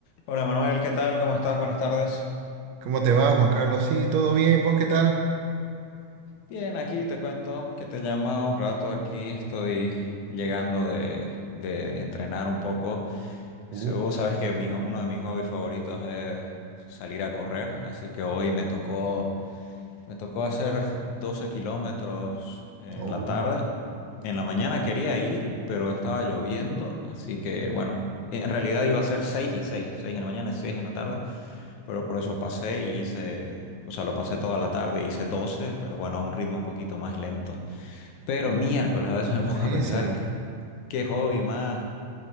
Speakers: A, on the left; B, on the right.
A: Hola Manuel, ¿qué tal? ¿Cómo estás? Buenas tardes.
B: ¿Cómo te va, Juan Carlos? Sí, todo bien. ¿Vos qué tal?
A: Bien, aquí te cuento que te llama un rato aquí. Estoy llegando de, de entrenar un poco. Si
B: Uh,
A: Vos sabes que mi- uno de mis hobbies favoritos es salir a correr, así que hoy me tocó, me tocó hacer 12 kilómetros en
B: oh,
A: la tarde. En la mañana quería ir, pero estaba lloviendo, así que bueno, en realidad iba a ser 6 y 6, 6 en la mañana y 6 en la tarde. Pero por eso pasé y hice, o sea, lo pasé toda la tarde, hice doce pero bueno, a un ritmo un poquito más lento. Pero miércoles a veces <laughs> me
B: buenísimo.
A: pongo a pensar qué, qué hobby más,